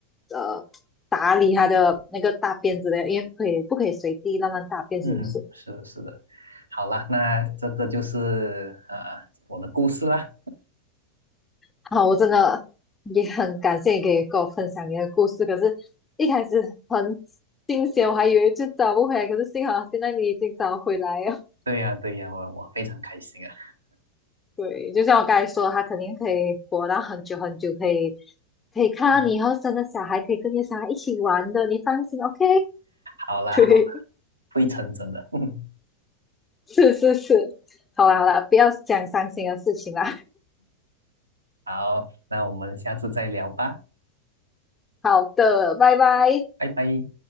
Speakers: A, on the left (about 15°); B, on the right (about 80°).
A: 呃。打理他的那个大便之类的，因为不可以不可以随地乱乱大便，是不是？
B: 嗯，是的，是的。好啦，那这个就是呃我的故事啦。
A: 好，我真的也很感谢你可以跟我分享你的故事。可是，一开始很惊险，我还以为就找不回来，可是幸好现在你已经找回来了。
B: 对呀，对呀，我我非常开心啊。
A: <laughs> 对，就像我刚才说的，他肯定可以活到很久很久，可以可以看到你以后生的小孩，
B: 嗯，
A: 可以跟你的小孩一起玩的，你放心，OK？
B: 好啦，
A: <laughs> 对，
B: 好啦，会成真的。<laughs>
A: 是是是，好啦好啦，不要讲伤心的事情啦。
B: 好，那我们下次再聊吧，
A: <laughs> 好的，拜拜。
B: 拜拜。